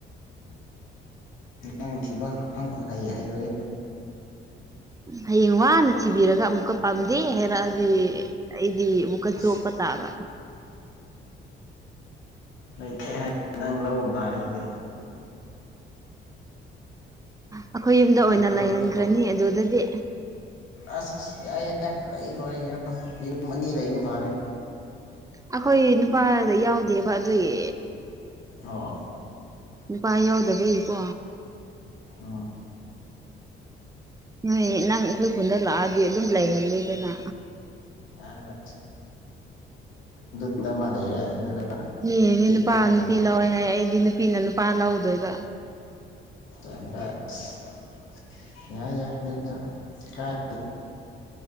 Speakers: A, on the left; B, on the right.
A: ꯑꯦꯪ ꯊꯕ ꯍꯥ ꯍꯩ ꯍꯩꯔꯣꯏ
B: ꯍꯌꯦꯡ ꯋꯥꯅ ꯊꯤꯕꯤꯔꯒ ꯑꯃꯨꯛꯀ ꯄꯥꯝꯗꯦ ꯍꯥꯏꯔꯛꯑꯗꯤ ꯑꯩꯗꯤ ꯑꯃꯨꯛꯀ ꯆꯣꯞꯄ
A: ꯑꯁ
B: ꯇꯥꯕ
A: ꯂꯩꯇꯩ ꯍꯥꯏꯕ ꯅꯪ ꯂꯧꯔ ꯇꯥꯔꯒꯗꯤ
B: ꯑꯩꯈꯣꯏ ꯌꯨꯝꯗ ꯑꯣꯏꯅ
A: ꯌꯥꯗ꯭ꯔꯣ
B: ꯂꯩꯍꯟꯈ꯭ꯔꯅꯤ
A: ꯑꯗꯨꯁꯨ
B: ꯑꯗꯨꯗꯗꯤ
A: ꯑꯁ ꯑꯁ ꯌꯥꯏ ꯌꯥꯏ ꯂꯩ ꯂꯣꯏꯔꯦ ꯀꯩꯅꯣ ꯌꯨꯝ ꯑꯅꯤ ꯂꯩꯕ ꯐꯥꯔꯦ
B: ꯑꯩꯈꯣꯏ ꯅꯨꯄꯥꯗ ꯌꯥꯎꯗꯦꯕ ꯑꯗꯨꯏ
A: ꯑ
B: ꯅꯨꯄꯥ ꯌꯥꯎꯗꯕꯩꯌꯦꯀꯣ
A: ꯑ
B: ꯅꯣꯏ ꯅꯪ ꯑꯩꯈꯣꯏ ꯈꯨꯟꯗ ꯂꯥꯛꯑꯗꯤ ꯑꯗꯨꯝ ꯂꯩꯍꯜꯂꯦꯗꯅ
A: ꯑꯁ ꯌꯥꯁꯨꯗ ꯑꯃ ꯂꯩꯔꯦ ꯑꯗꯨꯒ
B: ꯏꯅꯦ
A: ꯁꯤꯗ
B: ꯅꯨꯄꯥ
A: ꯑꯃ
B: ꯅꯨꯄꯤ
A: ꯂꯩꯔꯦ
B: ꯂꯧꯋꯦ ꯍꯥꯏ ꯑꯩꯗꯤ ꯅꯨꯄꯤꯅ ꯅꯨꯄꯥ ꯂꯧꯗꯣꯏꯕ
A: ꯇꯥꯏꯝꯄꯥꯁ ꯌꯥꯏ ꯌꯥꯏꯁꯨ ꯀꯥꯏ